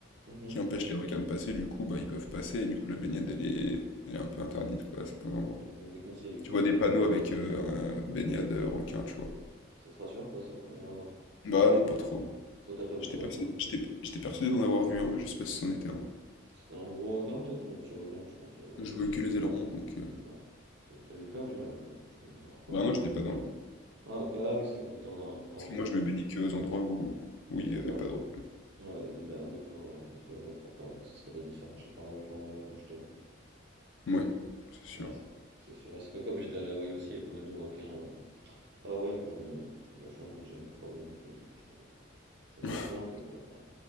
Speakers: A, on the right (about 55°); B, on the left (about 65°).
A: Mmh
B: qui empêche les requins de passer, du coup, bah ils peuvent passer, et du coup, la baignade, elle est, elle est un peu interdite, quoi, à certains
A: Ouais,
B: endroits.
A: elle est bien déconseillé quoi.
B: Tu vois des panneaux avec euh, un baignade euh, requin, tu vois.
A: Ça te rassure pas, ça, au premier abord?
B: Bah non, pas trop.
A: Toi, t'as pas vu
B: J'étais
A: de requin
B: persuadé,
A: du coup.
B: j'étais j'étais persuadé d'en avoir vu un, mais je sais pas si c'en était un. ouais.
A: C'était un gros requin peut-être ou un petit requin, tu pensais avoir
B: Je
A: vu?
B: voulais que les ailerons, donc. euh,
A: Ah, putain, t'as t'as eu peur, j'imagine. hein. Je t'ai dû avoir peur
B: Bah
A: quand
B: non,
A: même.
B: j'étais pas dans l'eau.
A: Ah, ok, ah oui, c'était quand t'étais en hors, hors
B: Parce
A: de
B: que moi,
A: l'eau.
B: je me baignais que aux endroits où,
A: Ok,
B: où il n'y avait
A: bah
B: pas de requins.
A: ouais. Ouais, avec des barrières de corps. Ok, ouais, pour pas. ouais, ça serait bête de se faire manger par un requin en vacances, je t'avoue.
B: Ouais, c'est sûr.
A: Ouais, c'est c'est sûr. Parce que comme j'étais allé à Hawaï aussi, il y avait pas mal de requins. euh, À Hawaï, mais j'en ai. J'ai eu de la chance, j'en ai jamais croisé non plus, parce que je t'avoue. Ça m'aurait
B: <laughs>
A: fait un peu peur. Ouais.